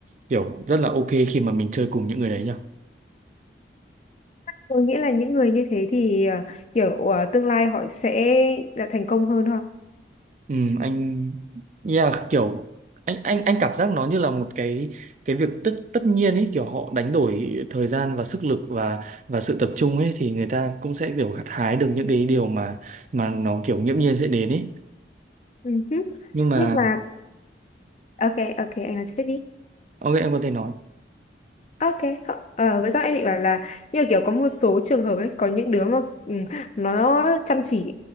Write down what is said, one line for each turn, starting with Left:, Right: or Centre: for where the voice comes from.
Right: kiểu rất là ok khi mà mình chơi cùng những người đấy nhỉ
Left: Tôi nghĩ là những người như thế thì à, kiểu à, tương lai họ sẽ đã thành công hơn không?
Right: Ừ, anh yeah, kiểu anh anh anh cảm giác nó như là một cái cái việc tất tất nhiên ấy kiểu họ đánh đổi thời gian và sức lực và và sự tập trung ấy thì người ta cũng sẽ kiểu gặt hái được những cái điều mà mà nó kiểu nghiễm nhiên sẽ đến ấy
Left: Ừ hứ.
Right: nhưng mà
Left: Nhưng mà ok ok anh nói trước đi.
Right: ok em có thể nói
Left: Ok, không- ờ, với sao em định bảo là như kiểu có một số trường hợp ấy, có những đứa mà ừ, nó chăm chỉ,